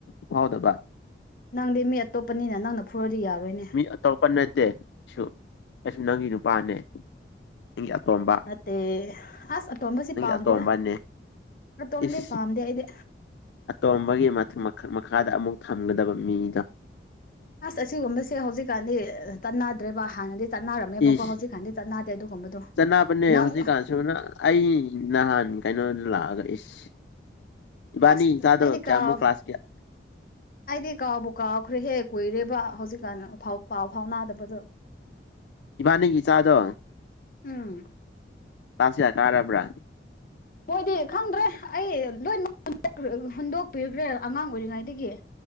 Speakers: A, on the left (about 85°); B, on the left (about 50°).
A: ꯐꯥꯎ ꯗꯥꯕ
B: ꯅꯪꯗꯤ ꯃꯤ ꯑꯇꯣꯞꯄꯥ ꯅꯤꯅ ꯅꯪꯅ ꯐꯨꯔꯗꯤ ꯌꯥꯔꯣꯏꯅꯦ꯫
A: ꯑꯇꯣꯞꯄꯥ ꯅꯠꯇꯦ ꯑꯩꯁꯨ ꯑꯩꯁꯨ ꯅꯪꯒꯤ ꯅꯨꯄꯥꯅꯦ꯫ ꯏꯪꯒꯤ ꯑꯇꯣꯝꯕꯅꯤ꯫
B: ꯅꯠꯇꯦ ꯑꯥꯁ ꯑꯇꯣꯝꯕꯁꯤ ꯄꯥꯝꯗꯦꯗ
A: ꯑꯇꯣꯝꯕꯅꯦ
B: ꯑꯇꯣꯝꯕꯗꯤ
A: ꯏꯁ
B: ꯄꯥꯝꯗꯦ ꯑꯩꯗꯤ
A: ꯑꯇꯣꯝꯕꯒꯤ ꯃꯈꯥ ꯃꯈꯥꯗ ꯑꯃꯨꯛ ꯊꯝꯒꯗꯕꯥ ꯃꯤꯗꫭ꯫
B: ꯑꯁ ꯑꯁꯤꯒꯨꯝꯕꯁꯤ ꯍꯧꯖꯤꯛꯀꯥꯟꯗꯤ ꯆꯠꯅꯗ꯭ꯔꯦꯕ ꯫ ꯍꯥꯟꯅꯗꯤ ꯆꯠꯅꯥꯔꯝ ꯃꯦꯕꯀꯣ
A: ꯏꯁ
B: ꯍꯧꯖꯤꯛꯀꯥꯟꯗꯤ ꯆꯠꯅꯗꯦ ꯑꯗꯨꯒꯨꯝꯕ ꯗꯣ꯫
A: ꯆꯠꯅꯕꯅꯦ
B: ꯅꯪ
A: ꯍꯧꯖꯤꯛꯀꯥꯟꯁꯨ ꯑꯩ ꯅꯍꯥꯟ ꯀꯩꯅꯣꯗꯥ ꯂꯥꯛꯑꯒ ꯏꯁꯁ ꯏꯕꯥꯅꯤ
B: ꯑꯁ
A: ꯏꯆꯥꯗꯣ
B: ꯑꯩꯗꯤ
A: ꯀꯌꯥꯃꯨꯛ
B: ꯀꯥꯎ
A: ꯀ꯭ꯂꯥꯁ ꯀꯌꯥ
B: ꯑꯩꯗꯤ ꯀꯥꯎꯕꯨ ꯀꯥꯎꯈ꯭ꯔꯦ ꯍꯦ ꯀꯨꯏꯔꯦꯕꯥ ꯍꯧꯖꯤꯛꯀꯥꯟ ꯄꯥꯎ ꯐꯥꯎꯅꯥꯗꯕꯗꯣ꯫ <unintelligible>
A: ꯏꯕꯥꯅꯤ ꯒꯤ ꯏꯆꯥꯗꯣ
B: ꯎꯝꯝ
A: ꯀꯂꯥ꯭ꯁ ꯀꯌꯥ ꯀꯥꯔꯕ꯭ꯔꯥ
B: ꯃꫭꯏꯗꯤ ꯈꯪꯗ꯭ꯔꯦ ꯑꯩ ꯂꯣꯏꯃꯛ ꯍꯨꯟꯗꯣꯛꯄꯤꯈ꯭ꯔꯦ ꯑꯉꯥꯡ ꯑꯣꯏꯔꯤꯉꯩꯗꯒꯤ